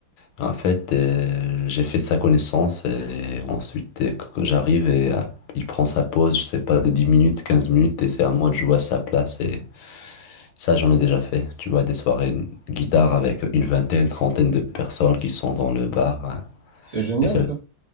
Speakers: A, on the left; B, on the right.
A: En fait, euh, j'ai fait sa connaissance et ensuite, euh, que- que j'arrive et euh, il prend sa pause, je sais pas, de 10 minutes, 15 minutes et c'est à moi de jouer à sa place. Et ça, j'en ai déjà fait. Tu vois, des soirées de guitare avec une vingtaine, trentaine de personnes qui sont dans le bar. hein.
B: c'est génial
A: Et ça,
B: ça.